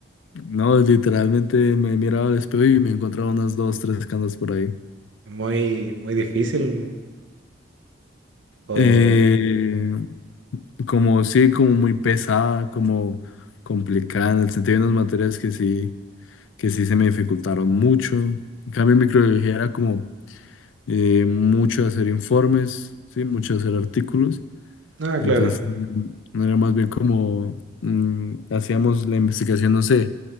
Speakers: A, on the left; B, on the right.
A: No, literalmente me he mirado al espejo y me he encontrado unas dos, tres canas por ahí.
B: Muy, muy difícil. O.
A: Eh, como sí, como muy pesada, como complicada, en el sentido de unas materias que sí, que sí se me dificultaron mucho. En cambio, en microbiología era como eh, mucho hacer informes, sí, mucho hacer artículos.
B: Ah,
A: Entonces,
B: claro,
A: mm, era más bien como mm, hacíamos la investigación, no sé,